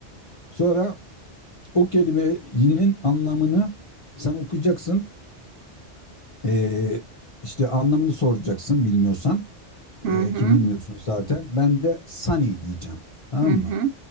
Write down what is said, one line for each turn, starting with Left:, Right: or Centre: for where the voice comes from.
Left: Sonra o kelimenin anlamını sen okuyacaksın. Ee, işte anlamını soracaksın bilmiyorsan
Right: Hı
Left: Ee,
Right: hı.
Left: ki bilmiyorsun zaten. Ben de sunny diyeceğim. Tamam
Right: Hı hı.
Left: mı?